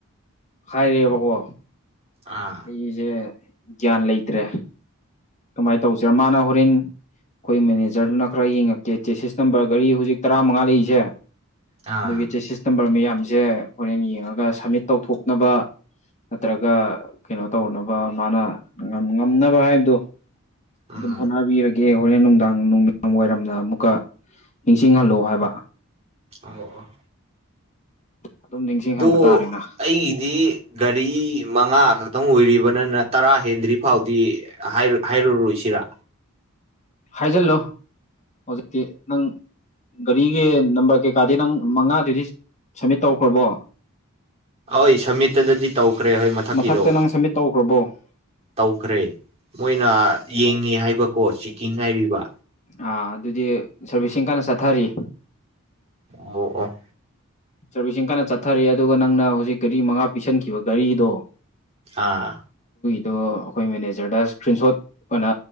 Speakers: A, on the left; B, on the right.
A: ꯍꯥꯏꯔꯦꯕꯀꯣ
B: ꯑꯥ
A: ꯑꯩꯁꯦ ꯒ꯭ꯌꯥꯟ ꯂꯩꯇ꯭ꯔꯦ ꯀꯃꯥꯏꯅ ꯇꯧꯁꯤꯔ ꯃꯥꯅ ꯍꯣꯔꯦꯟ ꯑꯩꯈꯣꯏ ꯃꯦꯅꯦꯖꯔꯗꯨꯅ ꯈꯔ ꯌꯦꯡꯉꯛꯀꯦ ꯆꯦꯁꯤꯁ ꯅꯝꯕꯔ ꯒꯥꯔꯤ ꯍꯧꯖꯤꯛ ꯇꯔꯥ ꯃꯉꯥ ꯂꯩꯔꯤꯁꯦ
B: ꯑꯥ
A: ꯑꯗꯨꯒꯤ ꯆꯦꯁꯤꯁ ꯅꯝꯕꯔ ꯃꯌꯥꯝꯖꯦ ꯍꯣꯔꯦꯟ ꯌꯦꯡꯉꯒ ꯁꯞꯃꯤꯠ ꯇꯧꯊꯣꯛꯅꯕ ꯅꯠꯇ꯭ꯔꯒ ꯀꯩꯅꯣ ꯇꯧꯅꯕ ꯃꯥꯅ ꯉꯝꯅꯕ ꯍꯥꯏꯕꯗꯣ
B: ꯎꯝ
A: ꯑꯗꯨꯝ ꯍꯣꯠꯅꯕꯤꯔ ꯒꯦ ꯍꯣꯔꯦꯟ ꯅꯨꯡꯗꯥꯡ ꯅꯨꯃꯤꯗꯥꯡ ꯋꯥꯏꯔꯝꯗ ꯑꯃꯨꯛꯀ ꯅꯤꯡꯁꯤꯡꯍꯜꯂꯣ ꯍꯥꯏꯕ
B: ꯑꯧꯑꯧ
A: ꯑꯗꯨꯝ ꯅꯤꯡꯁꯤꯡꯍꯟꯕ
B: ꯑꯗꯣ
A: ꯇꯥꯔꯦꯅ
B: ꯑꯩꯒꯤꯗꯤ ꯒꯥꯔꯤ ꯃꯉꯥ ꯈꯛꯇꯪ ꯑꯣꯏꯔꯤꯕꯅꯤꯅ ꯇꯔꯥ ꯍꯦꯟꯗ꯭ꯔꯤ ꯐꯥꯎꯗꯤ ꯍꯥꯏ ꯍꯥꯢꯔꯨꯔꯣꯏꯁꯤ ꯔꯥ
A: ꯍꯥꯏꯖꯤꯜꯂꯨ ꯍꯧꯖꯤꯛꯇꯤ ꯅꯪ ꯒꯥꯔꯤꯒꯤ ꯅꯝꯕꯔ ꯀꯩꯀꯥꯗꯤ ꯅꯪ ꯃꯉꯥꯗꯨꯗꯤ ꯁꯝꯃꯤꯠ ꯇꯧꯔꯛꯈ꯭ꯔꯕꯣ
B: ꯍꯣꯏ ꯁꯝꯃꯤꯠꯇꯨꯗꯗꯤ ꯇꯧꯈ꯭ꯔꯦ ꯍꯣꯏ ꯃꯊꯛꯀꯤꯗꯣ
A: ꯃꯊꯛꯇ ꯅꯪ ꯁꯕꯃꯤꯠ ꯇꯧꯈ꯭ꯔꯕꯣ
B: ꯇꯧꯈ꯭ꯔꯦ ꯃꯣꯏꯅ ꯌꯦꯡꯉꯤ ꯍꯥꯏꯕꯀꯣ ꯆꯤꯀꯤꯛ ꯍꯥꯏꯔꯤꯕ
A: ꯑꯥ ꯑꯗꯨꯗꯤ ꯁꯔꯚꯤꯁꯁꯤꯡ ꯀꯟꯅ ꯆꯠꯊꯔꯤ
B: ꯑꯣ ꯑꯣ
A: ꯁꯔꯕꯤꯁꯤꯡ ꯀꯟꯅ ꯆꯠꯊꯔꯤ ꯑꯗꯨꯒ ꯅꯪꯅ ꯍꯧꯖꯤꯛ ꯒꯥꯔꯤ ꯃꯉꯥ ꯄꯤꯁꯟꯈꯤꯕ ꯒꯥꯔꯤꯗꯣ
B: ꯑꯥ
A: ꯗꯣ ꯑꯩꯈꯣꯏ ꯃꯦꯅꯦꯖꯔꯗ ꯏꯁꯀ꯭ꯔꯤꯟ ꯁꯣꯠ ꯑꯣꯏꯅ